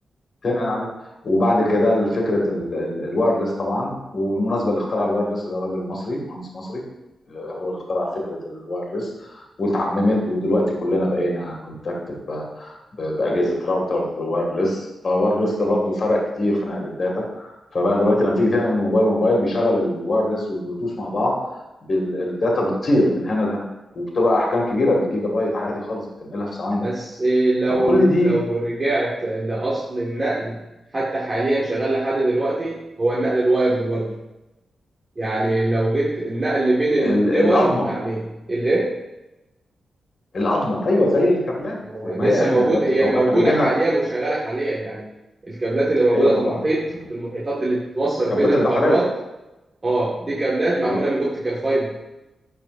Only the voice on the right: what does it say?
بس لو
لو رجعت لأصل النقل حتى حاليا شغال لحد دلوقتي هو النقل الوايرد برضه يعني لو جيت النقل بين الدول
يعني الايه
هو
لسه
موجود
هي
موجودة
حاليا
وشغالة حاليا يعني الكابلات اللي موجودة
في المحيط
في المحيطات اللي بتتوصل
بين القارات
اه دي كابلات
معمولة من اوبتيكال فايبر